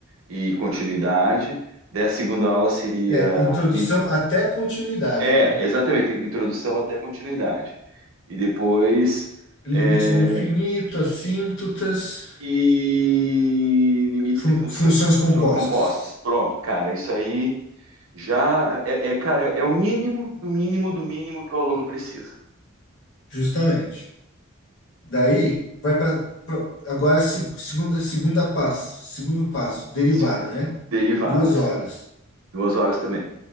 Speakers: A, on the right; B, on the left.
A: e continuidade, daí a segunda aula seria
B: É, introdução até continuidade,
A: É,
B: né?
A: exatamente, introdução até continuidade. E depois.
B: Limites
A: é,
B: no infinito, assíntotas,
A: e limites
B: fun-
A: de funções
B: funções compostas.
A: compostas. Pronto, cara, isso aí já é, é, cara, é é o mínimo do mínimo do mínimo que o aluno precisa.
B: Justamente. Daí, vai para agora se- segunda segunda passo, segundo passo, derivada,
A: Se-
B: né?
A: derivadas,
B: Duas horas.
A: duas horas também.